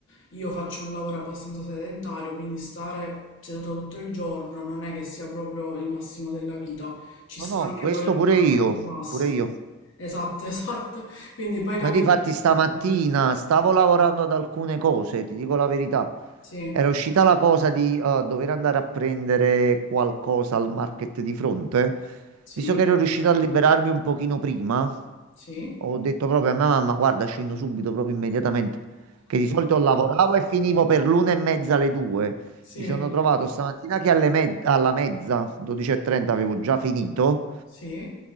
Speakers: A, on the left; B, on the right.
A: io faccio un lavoro abbastanza sedentario, quindi stare seduta tutto il giorno non è che sia proprio il massimo della vita, ci
B: No,
A: sta
B: no,
A: anche
B: questo
A: voler
B: pure
A: fare
B: io,
A: quattro passi.
B: pure io.
A: Esatto, <laughs> esatto, quindi puoi
B: Ma
A: capire
B: difatti
A: perfettamente.
B: stamattina stavo lavorando ad alcune cose, ti dico la verità.
A: Sì,
B: Era uscita la cosa di eh, dover andare a prendere qualcosa al market di fronte.
A: sì,
B: Visto che ero riuscito a liberarmi un pochino prima,
A: sì,
B: ho detto proprio a mia mamma, guarda, scendo subito, proprio immediatamente. Che di solito lavoravo e finivo per l'una e mezza alle due.
A: sì,
B: Mi sono trovato stamattina che alle me- alla mezza, 12.30, avevo già finito.
A: sì.